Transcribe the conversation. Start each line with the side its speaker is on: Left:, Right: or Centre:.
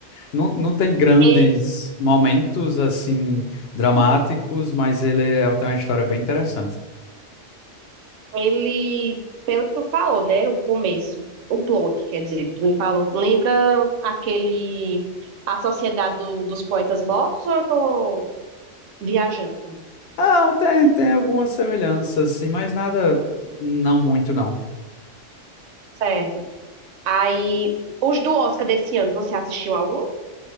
Left: Não, não tem grandes
Right: E
Left: momentos assim dramáticos, mas ele é- tem uma história bem interessante.
Right: Ele, pelo que tu falou, né? O começo, o plot, quer dizer, que tu me falou. Lembra aquele A Sociedade do- dos Poetas Mortos ou eu tô viajando?
Left: Ah, tem, tem algumas semelhanças, assim, mas nada, não muito, não.
Right: Certo. Aí, os do Oscar desse ano, você assistiu algum?